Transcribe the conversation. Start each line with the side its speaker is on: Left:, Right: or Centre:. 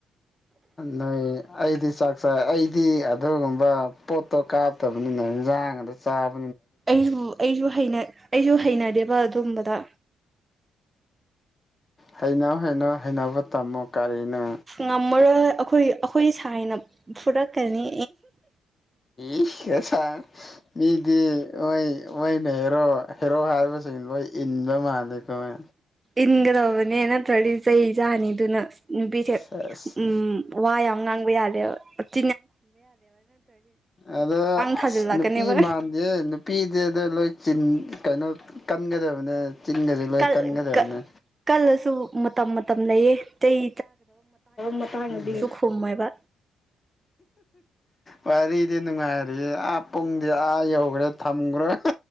Left: ꯅꯣꯏ ꯑꯩꯗꯤ ꯆꯥꯛ ꯆꯥꯏ ꯑꯩꯗꯤ ꯑꯗꯨꯒꯨꯝꯕ ꯄꯣꯠꯇꯣ ꯀꯥꯞꯇꯕꯅꯤꯅ ꯏꯟꯖꯥꯡꯒꯗ ꯆꯥꯕ
Right: ꯑꯩꯁꯨ ꯑꯩꯁꯨ ꯍꯩꯅ ꯑꯩꯁꯨ ꯍꯩꯅꯗꯦ ꯑꯗꯨꯕꯗ
Left: ꯍꯩꯅ ꯍꯩꯅꯧ ꯍꯩꯅꯅꯕ ꯇꯥꯝꯃꯣ ꯀꯔꯤꯅ
Right: ꯉꯝꯃꯔꯣꯏ ꯑꯩꯈꯣꯏ ꯑꯩꯈꯣꯏ ꯁꯥꯏꯅ ꯐꯨꯔꯛꯀꯅꯤ
Left: ꯏ ꯀꯁ ꯃꯤꯗꯤ ꯑꯣꯏ ꯑꯣꯏꯅꯦ ꯍꯦꯔꯣ ꯍꯦꯔꯣ ꯍꯥꯏꯔꯤꯕꯁꯤꯡ ꯂꯣ ꯏꯟꯕ ꯃꯥꯜꯂꯦ ꯀꯧꯋꯦ
Right: ꯏꯟꯗꯧꯅꯦꯦꯅ ꯆꯊꯂꯤ ꯆꯩꯖꯥꯅꯤꯗꯨꯅ ꯅꯨꯄꯤꯗ
Left: ꯁꯦꯁ
Right: ꯎꯝ ꯋꯥ ꯑꯉꯥꯡꯕꯤ ꯌꯥꯦ ꯤ ꯠ
Left: ꯑꯗ
Right: ꯊꯥꯖꯤꯜꯂꯛꯀꯅꯦꯕ
Left: ꯑꯁ ꯅꯨꯄꯤ ꯃꯥꯟꯗꯦ ꯅꯨꯄꯤꯗꯤ ꯑ ꯂꯣꯏ ꯆꯤꯟ ꯀꯩꯅꯣ ꯀꯟꯒꯗꯕꯅꯦ ꯆꯤꯟꯒꯁꯦ ꯂꯣꯏ
Right: ꯀꯜ
Left: ꯀꯟꯒꯗꯕꯅꯦ
Right: ꯀ ꯀꯂꯁꯨ ꯃ ꯇꯝꯅꯩꯌꯦ ꯇꯇꯩ
Left: ꯃꯇꯗꯤ
Right: ꯈꯨꯝꯃꯣꯏꯕ
Left: ꯋꯥꯔꯤꯗꯤ ꯅꯨꯡꯉꯥꯏꯔꯤꯌꯦ ꯥ ꯄꯨꯡꯗꯤ ꯑꯥ ꯌꯧꯈ꯭ꯔꯦ ꯊꯝꯈ꯭ꯔꯦ <inaudible> <inaudible>